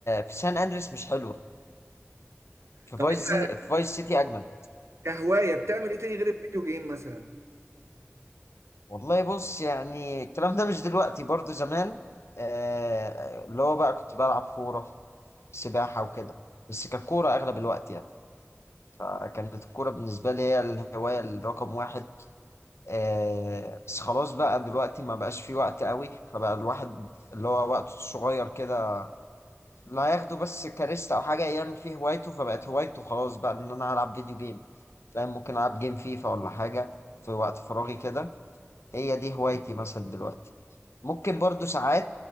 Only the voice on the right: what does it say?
طب
انت
كهوايه بتعمل ايه تاني غير الفيديو جيم مثلا